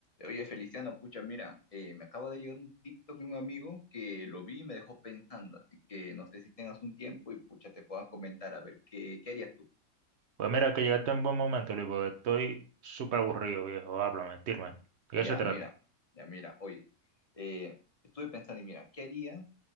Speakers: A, on the left; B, on the right.
A: Oye, Feliciano, pucha, mira, eh, me acaba de llegar un TikTok de un amigo que lo vi y me dejó pensando, así que no sé si tengas un tiempo y pucha, te puedas comentar, a ver, ¿qué, qué harías tú?
B: Pues mira, que llegaste en buen momento, Luis, porque estoy súper aburrido, viejo. Háblame, tírame. ¿De
A: Ya,
B: qué se trata?
A: mira, ya, mira, oye, eh, estuve pensando y mira, ¿qué harías